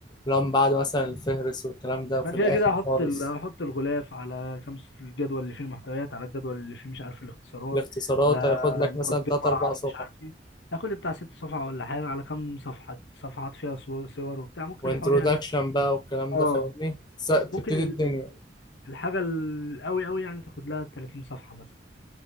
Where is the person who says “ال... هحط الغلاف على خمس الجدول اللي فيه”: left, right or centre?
Left